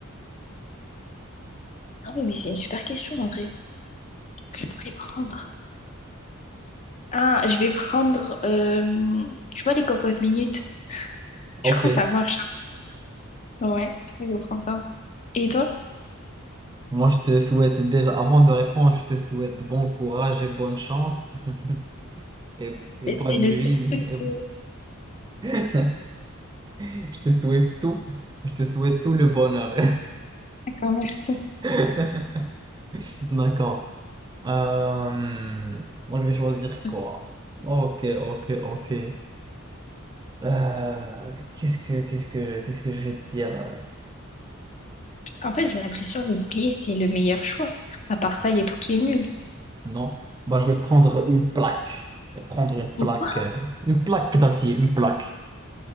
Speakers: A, on the left (about 35°); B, on the right (about 20°).
A: Ah oui, mais c'est une super question, en vrai. Qu'est-ce que je pourrais prendre? Ah, je vais prendre. euh, je vois les cocottes minutes.
B: ok.
A: Je crois que ça marche. Ouais, je crois que je prends ça. Et toi?
B: Moi, je te souhaite déjà, avant de répondre, je te souhaite bon courage et bonne chance <laughs> et, et
A: C'est
B: bonne
A: le
B: nuit.
A: seul truc
B: <laughs> et-
A: que.
B: <laughs> Je te souhaite tout. Je te souhaite tout le bonheur.
A: D'accord, merci.
B: <laughs> D'accord. Euh, moi, je vais choisir
A: Parce
B: quoi?
A: que-
B: Ok, ok, ok. Euh, qu'est-ce que, qu'est-ce que, qu'est-ce que je vais te dire? euh,
A: En fait, j'ai l'impression que le bouclier, c'est le meilleur choix. À part ça, il y a tout qui est nul.
B: Non. Bah, je vais prendre une plaque. Je vais prendre une plaque,
A: Et quoi?
B: euh, une plaque d'acier, une plaque.